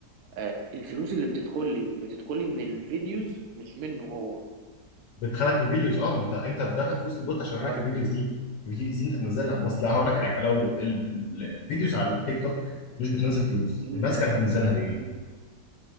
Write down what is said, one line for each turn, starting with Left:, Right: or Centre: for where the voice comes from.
Right: آه، الفلوس اللي بتدخل لي بتدخل لي من الفيديوز مش منه هو
Left: بتخلك من الفيديوز اه ما انت انت بتدفع فلوس للبوت عشان يعمل
Right: اه
Left: لك الفيديوز دي الفيديوز دي انت بتنزلها ما
Right: أو-
Left: اصل هقول لك
Right: اوكي
Left: حاجه لو ال- ال- الفيديوز على التيك توك مش بتنزل فلوس
Right: مم،
Left: الناس كانت هتنزلها ليه؟
Right: مم.